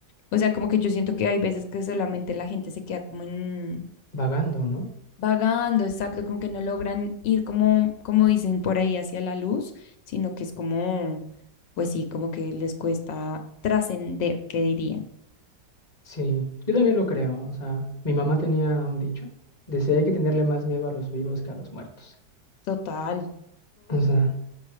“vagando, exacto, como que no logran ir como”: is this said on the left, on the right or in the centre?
Left